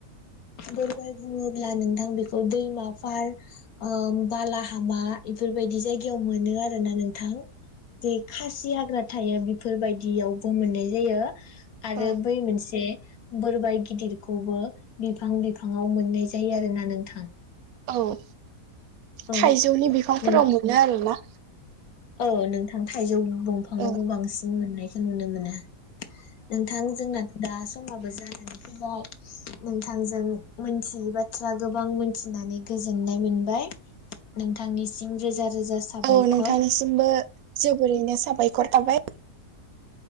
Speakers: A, on the left; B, on the right.
A: बोरबाय बुङोब्ला नोंथां बेखौ दैमाफोर ओ-बालाहामा एफोरबायदि जायगायाव मोनो आरोना नोंथां। बे खासि हाग्रा थायो बेफोरबायदियावबो मोननाय जायो। आरो
B: औ
A: बै मोनसे बोरबाय गिदिरखौबो बिफां बिफाङाव मोननाय जायो आरो ना नोंथां।
B: औ
A: औ
B: थाइजौनि बिफांफोराव
A: नों
B: मोनो आरोना।
A: औ नोंथां थाइजौ दंफाङावबो
B: औ
A: बांसिन मोननाय जों नुनो मोनो। नोंथां जोंनाथ दा समाबो जानानै फैबाय नोंथांजों मोनथियै बाथ्रा गोबां मोनथिनानै गोजोननाय मोनबाय। नोंथांनिसिम रोजा रोजा साबायखर
B: औ नोंथांनिसिमबो जोबोरैनो साबायखर थाबाय।